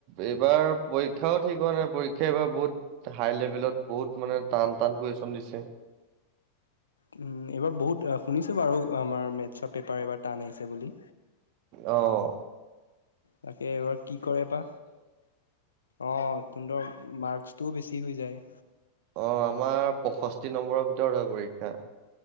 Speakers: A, on the right (about 45°); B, on the left (about 70°).
A: এইবাৰ প শিক্ষাও ঠিক হোৱা নাই পৰীক্ষা এইবাৰ বহুত হাই লেভেলত বহুত মানে টান টান কুৱেশ্যন দিছে
B: উ এইবাৰ বহুত শুনিছো বাৰু আমাৰ মেথছৰ পেপাৰ এইবাৰ টান আহিছে বুলি
A: আহ
B: তাকে এইবাৰ কি কৰে বা অ' তৰ মাৰ্কচটোও বেছি হৈ যায়।
A: অ' আমাৰ পষষ্ঠি নম্বৰৰ ভিতৰত হয় পৰীক্ষা